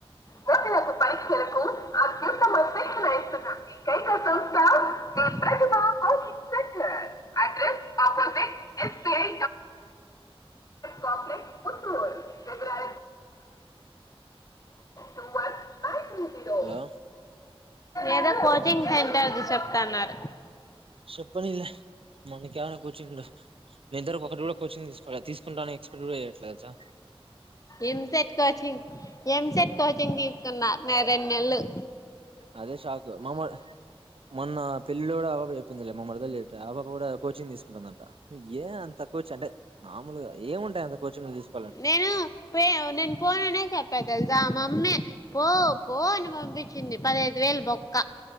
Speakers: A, on the left; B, on the right.
A: గ నాకు పరీక్షనలకుకు ఆ్యంత మ <unintelligible> స్పషల ఇస్తున్నాం మీకైక సంస్థ మీ ప్రతిభ coaching centre <unintelligible> address opposite SBI chocolate కుత్తరు ఇగ <unintelligible> two one nine three zero
B: hello
A: ఏదో కోచింగ్ సెంటర్ ది చెప్తన్నారు
B: సెప్పనీలె మనికి యాడ కోచింగ్ ఇద్దరకు ఒకటి కూడా కోచింగ్ తీసుకోలే, తీసుకుంటా అని ఎక్స్పెక్డ్ ఏయట్లే ఎల్సా.
A: ఎంసెట్ కోచింగ్ ఎంసెట్ కోచింగ్ తీసుకున్న న రెనెళ్ళు
B: అదే షాక్ మమ మొన్న పెళ్లిల్లో గూడా <unintelligible> చెప్పిందిలే మా మరదల్ చెప్పా అవకు కూడా కోచింగ్ తీసుకుంటుందంట యే అంత కోచ. అంటే మామూలుగ ఏముంటాయి అంత కోచింగ్ల్ తీసు
A: నేనూ పే యవ్ నేను పోననే చె పెద్దల్ జా మమ్మే పో పో అని పంపించింది పదహైదు వేలు బొక్క